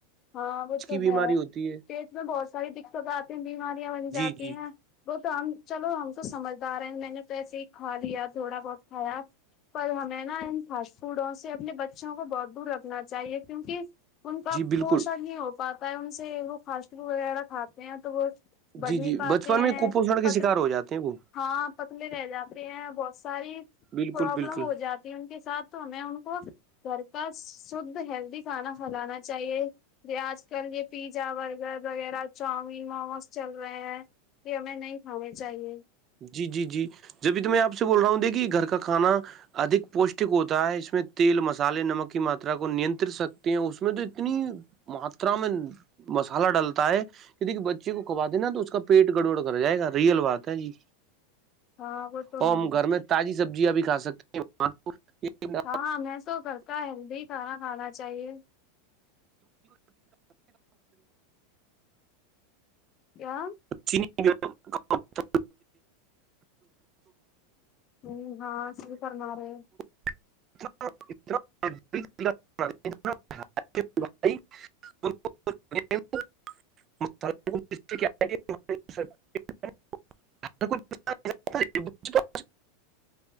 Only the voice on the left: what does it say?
ہاں وہ تو
ہے
پیٹ میں بہت ساری دقت آتی ہیں بیماریاں بن
جاتی
ہیں وہ تو ہم چلو ہم تو سمجھدار ہیں میں نے تو ایسے ہی کھا لیا تھوڑا بہت کھایا پر ہمیں نا ان فاسٹ فوڈوں سے اپنے بچوں کو بہت دور رکھنا چاہیے کیونکہ ان کا
پوشن نہیں ہو پاتا ہے ان سے وہ فاسٹ فوڈ وغیرہ کھاتے ہیں تو وہ بڑھ
نہیں
پاتے
ہیں
پ
ہاں پتلے رہ جاتے ہیں بہت ساری
پرابلم
ہو جاتی ہے ان کے ساتھ تو میں ان کو گھر کا شھ ہیلدی کھانا پلانا چاہ چاہیے یہ آج کل یہ پیزا برگر وغیرہ چاؤمین موموز چل رہے ہیں کہ ہمیں نہیں کھانانی چاہیے
ہاں وہ تو
ہے
ہاں میں تو کرتا ہیلدی کھانا کھانا چاہیے <inaudible>
ہ ہاں سہی فرما رہہے